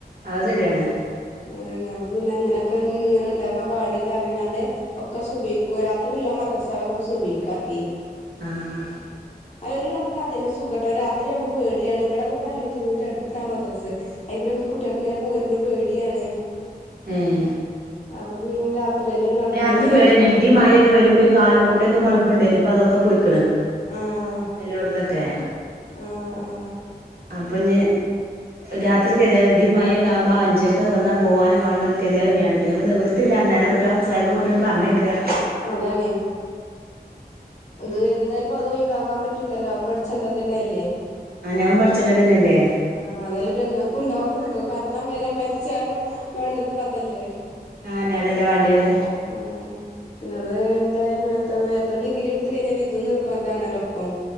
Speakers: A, on the right (about 65°); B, on the left (about 45°).
A: അഹ് ശരിയാണ്
B: അത അപ്പ പിന്നെ അങ്ങനെയൊക്കെ ഇങ്ങനെ ഉണ്ടാക്കാൻ പാടില്ലാർഞ്ക്കാണ്ട് ഒക്കെ സുബഹി രാത്രിയള്ള മദ്രസകളൊക്കെ സുബഹിക്കാക്കി
A: ആഹ്
B: അല്ല ഒരു കണക്കി അ തന്നെ സുഖട്ടം ഒരു രാത്രിയാവുമ്പോ പേടിയാണ് ഇവിടെക്കെ പള്ളിത്തടുന്റെ അടുത്താ മദ്രസ് അയിക്കൂടെ ഒക്കെ കുട്ടികൾക്ക ഇങ്ങനെ പോരുമ്പോ പേടിയാണ്
A: ഉം
B: അപ്പൊ പിന്നെ രാത്രിേന ഒരു കണക്കിന്
A: രാത്രി പേടിയന്നെയാണ് ഇടി മഴയൊക്കെ വരുമ്പോ കാലുമകൂടി ഒക്കെ ബൾബുണ്ട്നിപ്പൊ അതൊക്കെ പോയിക്കണ്
B: ആഹ്
A: ചെലോടത്തൊക്കെ
B: ആഹ് ആഹ്
A: അപ്പഞ് രാത്രി <unintelligible> മയക്കകുമ്പോ അഞ്ചരക്ക് വന്നാ പോകണ കാണുന്ന <unintelligible> നിവർത്തില്ല ഞാൻ കുട്ടാളെ മുസഹബും കൊണ്ട് പറഞ്ഞേക്കുക
B: അതാണ് അത് എന്തായാലും പ്പ അത് ഒഴിവാൻ പറ്റൂല്ലല്ലോ അതും പഠിച്ചേണ്ടത് തന്നെ അല്ലേ
A: ആന്നെ അതും പടിച്ചണ്ടത് തന്നെയല്ലേ
B: ആഹ് അതല്ലേ ഇപ്പ എന്നൊക്കെ ഉണ്ടാവുള്ളു. മരണം വരെ. മരിച്ചാലും വേണ്ടത്പ്പതല്ലേ?
A: ആഹ് ന്നേ അതല്ലേ വേണ്ടിയത്?
B: അതാണ് പിന്നെ അത് എന്തായാലും എത്ര എത്ര ഡിഗ്രി എടുത്ത് കഴിഞ്ഞാലും ഇതും നിർബന്ധാണല്ലോ ഒപ്പം.